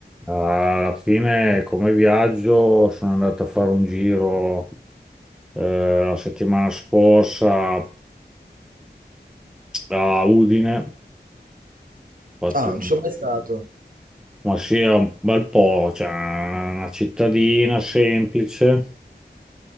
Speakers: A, in the centre; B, on the right (about 50°).
A: Alla fine, come viaggio, sono andato a fare un giro eh, la settimana scorsa a Udine. Ho fatto
B: Ah,
A: un-
B: non ci sono mai stato.
A: ma sì, è un bel po', cioè una cittadina semplice,